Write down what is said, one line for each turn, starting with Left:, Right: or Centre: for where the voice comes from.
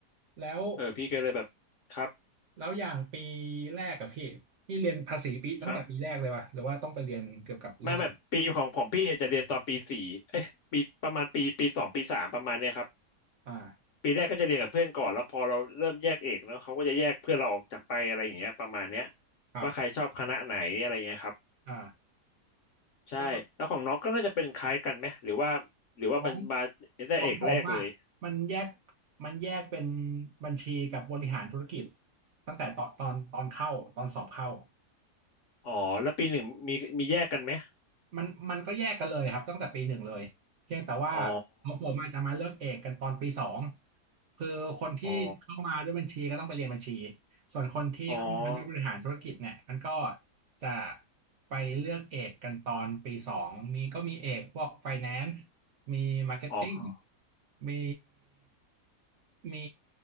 Right: แล้ว
Left: เออพี่ก็เลยแบบครับ
Right: แล้วอย่างปีแรกกับพี่พี่เรียนภาษีปีตั้งแต่ปีแรกเลยป่ะหรือว่าต้องไปเรียนเกี่ยวกับเรื่อง
Left: ครับไม่ไม่ปีของของพี่จะเรียนตอนปีสี่เอ้ยปีประมาณปีปีสองปีสามประมาณเนี้ยครับ
Right: อ่า
Left: ปีแรกก็จะเรียนกับเพื่อนก่อนแล้วพอเราเริ่มแยกเอกเนาะเขาก็จะแยกเพื่อนเราออกจากไปอะไรอย่างเงี้ยประมาณเนี้ย
Right: ครับ
Left: ว่าใครชอบคณะไหนอะไรเงี้ยครับ
Right: อ่า
Left: ใช่แล้วของน้องก็น่าจะเป็นคล้ายกันไหมหรือว่าหรือว่ามันมา
Right: แล้วของ
Left: ได้เอกแรกเลย
Right: ของผมอ่ะมันแยกมันแยกเป็นบัญชีกับบริหารธุรกิจตั้งแต่ตอนตอนตอนเข้าตอนสอบเข้า
Left: อ๋อแล้วปีหนึ่งมีมีแยกกันไหม
Right: มันมันก็แยกกันเลยครับตั้งแต่ปีหนึ่งเลยเพียงแต่ว่า
Left: อ๋อ
Right: ของผมอาจจะมาเลือกเอกกันตอนปีสองคือคนที่เข้ามาด้วยบัญชีก็ต้องไปเรียนบัญชี
Left: อ๋อ
Right: ส่วนคนที่เข้ามาด้วยบริหารธุรกิจเนี่ยมันก็
Left: อ๋อ
Right: จะไปเลือกเอกกันตอนปีสองมีก็มีเอกพวก f i แ a น c ์มีมาร์เก็ตติ้ง
Left: อ๋อ
Right: มีมี